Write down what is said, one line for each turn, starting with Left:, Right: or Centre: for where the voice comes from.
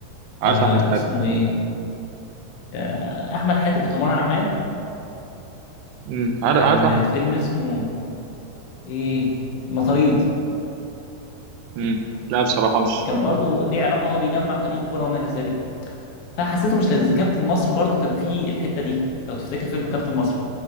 Right: عارف
Left: آه
Right: احمد
Left: اسمه
Right: حاتم
Left: ايه آه أحمد حاتم وتمر عماد
Right: مم. عارف
Left: كان
Right: عارف احمد
Left: الفيلم
Right: حاتم
Left: اسمه ايه المطاريد
Right: مم. لا بصراحه مش
Left: كان برضو ليه علاقة هو بيجمع فريق كورة وما إلى ذلك فحسيته مش لذيذ كابتن مصر برضو كان فيه الحتة دي لو تفتكر فيلم كابتن مصر